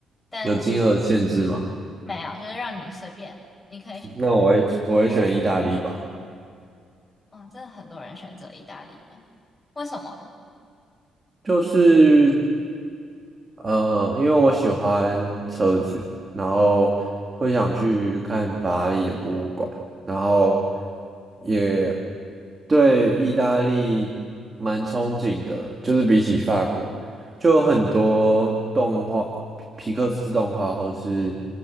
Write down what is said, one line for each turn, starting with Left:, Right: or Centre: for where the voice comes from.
Left: 但如果
Right: 有金额限制吗？
Left: 没有，就是让你随便，你可以选择。
Right: 那我会我会选意大利吧。
Left: 哇，真的很多人选择意大利耶为什么？
Right: 就是呃，因为我喜欢车子，然后会想去看法拉利的博物馆，然后也对意大利蛮憧憬的，就是比起法国，就有很多动画，皮皮克斯动画，或是